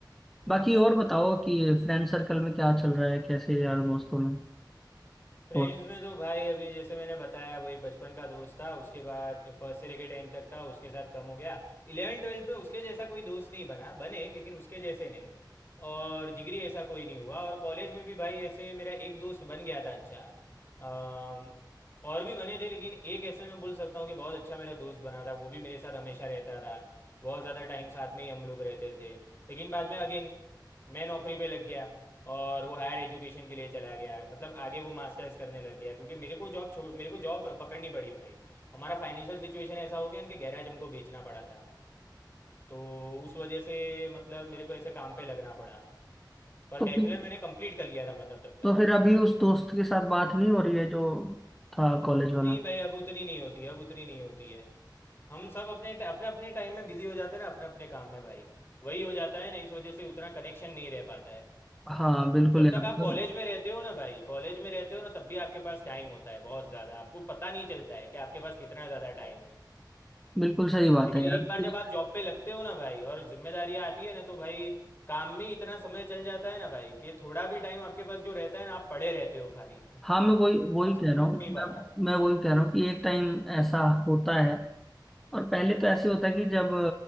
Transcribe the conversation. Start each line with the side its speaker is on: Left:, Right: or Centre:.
Centre: बाकी और बताओ कि फ्रेंड सर्कल में क्या चल रहा है कैसे यार दोस्तों में
Left: फ्रेंड्स
Centre: और
Left: में तो भाई अभी जैसे मैंने बताया वो एक बचपन का दोस्त था उसके बाद फर्स्ट से लेके टेंथ तक था उसके साथ कम हो गया इलेवन ट्वेल्थ में उसके जैसा कोई दोस्त नहीं बना बने लेकिन उसके जैसे नहीं और जिगरी ऐसा कोई नहीं हुआ और कॉलेज में भी भाई ऐसे मेरा एक दोस्त बन गया था अच्छा अम, और भी बने थे लेकिन एक ऐसे मैं बोल सकता हूँ कि बहुत अच्छा मेरा दोस्त बना था वो भी मेरे साथ हमेशा रहता था बहुत ज़्यादा टाइम साथ में ही हम लोग रहते थे लेकिन बाद में अगेन मैं नौकरी पे लग गया और वो हायर एजुकेशन के लिए चला गया मतलब आगे वो मास्टर्स करने लग गया क्योंकि मेरे को जॉब छोड़ मेरे को जॉब पकड़नी पड़ी भाई हमारा फाइनेंशियल सिचुएशन ऐसा हो गया ना कि गैराज हमको बेचना पड़ा था तो उस वजह से मतलब मेरे को ऐसे काम पे लगना पड़ा पर
Centre: तो
Left: बैचलर
Centre: फिर
Left: मैंने कंप्लीट कर लिया था मतलब तब तक
Centre: तो फिर अभी उस दोस्त के साथ बात नहीं हो रही है जो था कॉलेज वाला
Left: नहीं भाई अब उतनी नहीं होती है अब उतनी नहीं होती है हम सब अपने अपने अपने टाइम में बिजी हो जाते हैं ना अपने अपने काम में भाई वही हो जाता है ना इस वजह से उतना कनेक्शन नहीं रह पाता है
Centre: हाँ बिल्कुल
Left: जब
Centre: यार
Left: तक आप
Centre: मतलब
Left: कॉलेज में रहते हो ना भाई कॉलेज में रहते हो ना तब भी आपके पास टाइम होता है बहुत ज़्यादा आपको पता नहीं चलता है कि आपके पास कितना ज़्यादा टाइम है
Centre: बिल्कुल सही बात
Left: लेकिन
Centre: है
Left: एक
Centre: यार
Left: बार जब
Centre: एक-
Left: आप जॉब पे लगते हो ना भाई और जिम्मेदारियाँ आती है ना तो भाई काम में इतना समय चल जाता है ना भाई कि थोड़ा भी टाइम आपके पास जो रहता है ना आप पड़े रहते हो खाली
Centre: हाँ
Left: <laughs>
Centre: मैं वही वही
Left: आपसे
Centre: कह
Left: कुछ
Centre: रहा
Left: हो
Centre: हूँ
Left: नहीं
Centre: मैं
Left: पाता
Centre: मैं वही कह रहा हूँ कि एक टाइम ऐसा होता है और पहले तो ऐसे होता है कि जब